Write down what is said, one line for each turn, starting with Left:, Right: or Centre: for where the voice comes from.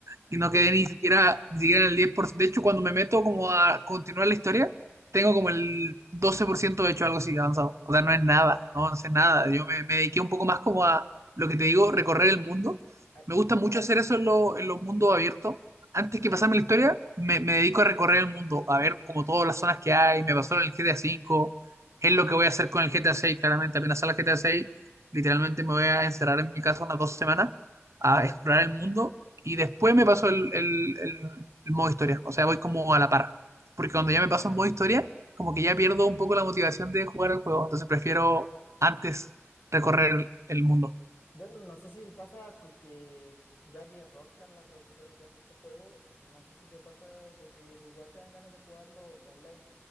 Right: y no quedé ni siquiera, ni siquiera en el 10%. De hecho, cuando me meto como a continuar la historia, tengo como el 12% hecho, algo así avanzado. O sea, no
Left: Ah,
Right: es nada, no avancé nada. Yo me, me dediqué un poco más como a lo que te digo, recorrer el mundo.
Left: ay,
Right: Me gusta mucho hacer eso en, lo- en los mundos abiertos. Antes que pasarme la historia, me, me dedico a recorrer el mundo, a ver como todas las zonas que hay. Me pasó en el GTA V, es lo que voy a hacer con el GTA 6, claramente. Apenas sale el GTA 6, literalmente me voy a encerrar en mi casa unas dos semanas a explorar el mundo y después me paso el, el- el- el modo historia. O sea, voy como a la par. Porque cuando ya me paso el modo historia, como que ya pierdo un poco la motivación de jugar al juego. Entonces prefiero antes recorrer el, el mundo.
Left: bueno, no sé si pasa co- que ya que Rockstar, la productora que hace este juego, no sé si te pasa de que igual te dan ganas de jugarlo online